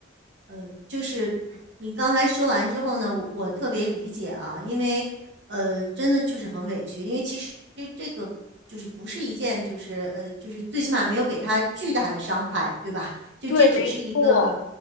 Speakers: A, on the right; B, on the left.
A: 呃，就是你刚才说完之后呢，我我特别理解啊，因为呃，真的就是很委屈，因为其实这个就是不是一件就是呃，就是最起码没有给他巨大的伤害，对吧？就这只是一个
B: 对，没错。